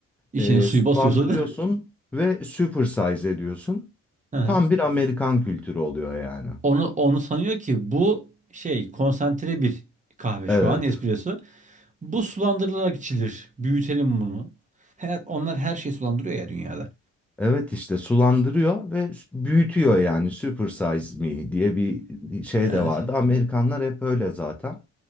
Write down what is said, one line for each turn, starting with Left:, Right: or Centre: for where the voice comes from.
Right: İçine
Centre: Ee,
Right: suyu
Centre: sulandırıyorsun
Right: basıyorsun.
Centre: ve super size ediyorsun.
Right: <laughs> Hı hı.
Centre: Tam bir Amerikan kültürü oluyor yani.
Right: Onu onu sanıyor ki bu şey konsantre bir kahve
Centre: Evet.
Right: şu an espresso. Bu sulandırılarak içilir. Büyütelim bunu. Her, onlar her şeyi sulandırıyor ya dünyada.
Centre: Evet işte sulandırıyor ve büyütüyor yani super size me diye bir şey
Right: Evet.
Centre: de vardı. Amerikanlar hep öyle zaten.